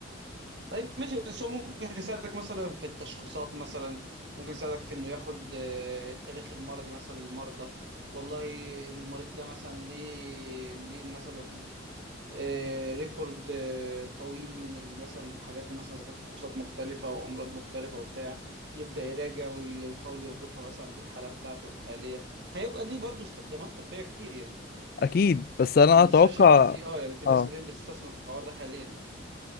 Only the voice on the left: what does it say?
اكيد بس انا
اتوقع
اه